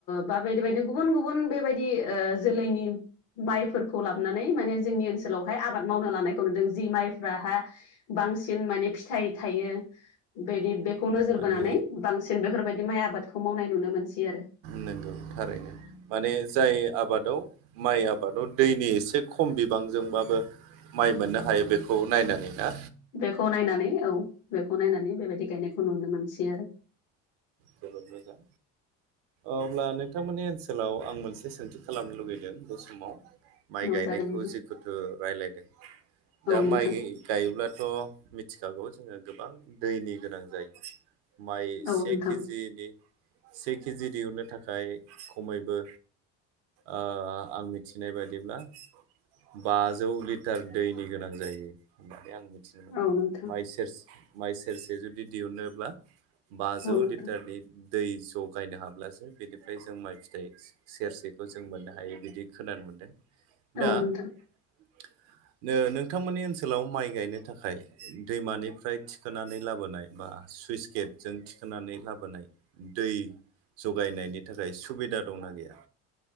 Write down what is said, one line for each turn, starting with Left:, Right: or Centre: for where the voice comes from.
Left: बा बायदि बायदि गुबुन गुबुन बेबायदि ओ जोलैनि माइफोर खौ लाबनानै माने जोंनि ओनसोलावहाय आबाद मावनो लानायखौ नुदों। जि माइफ्राहा बांसिन माने फिथाइ थायो बेदि, बेखौ नोजोर
Right: माने
Left: बोनानै बांसिन बेफोरबायदि माइ आबादखौ मावनाय नुनो मोनसै आरो।
Right: नोंगौ थारैनो माने जाय आबादाव माइ आबादाव दैनि एसे खम बिबांजोंबाबो माइ मोननो हायो बेखौ नायनानै ना?
Left: बेखौ नायनानै औ बेखौ नायनानै बेबायदि गायनायखौ नुनो मोनसै आरो।
Right: जोबोद मोजां। अब्ला नोंथांमोननि ओनसोलाव आं मोनसे सोंथि खालामनो लुुबैदों बे समाव माइ गायनायखौ
Left: औ जागोन
Right: जिहेथु रायलायदों दा
Left: नोंथां
Right: माइ गायोब्लाथ' मिथिखागौ जोङो गोबां दैनि गोनां जायो, माइ से
Left: औ नोंथां
Right: केजिनि से केजि दिहुननो थाखाय खमैबो ओ आं मिथिनाय बायदिब्ला बाजौ लिटार दैनि गोनां जायो। आं मिथिनो मोनदों
Left: औ नोंथां
Right: माइ सेर माइ सेरसे जुदि दिहुनोब्ला बाजौ
Left: औ नोंथां औ नोंथां
Right: लिटारनि दै ज' गायनो हाब्लासो बेनिफ्राय जों माइ फिथाइ सेरसेखौ जों मोननो हायो बिदि खोनानो मोनदों दा
Left: औ नोंथां।
Right: <unintelligible> नोंथांमोननि ओनसोलाव माइ गायनो थाखाय दैमानिफ्राय थिखोनानै लाबोनाय बा सुइस गेटजों थिखोनानै लाबोनाय दै जगायनायनि थाखाय सुबिदा दंना गैया?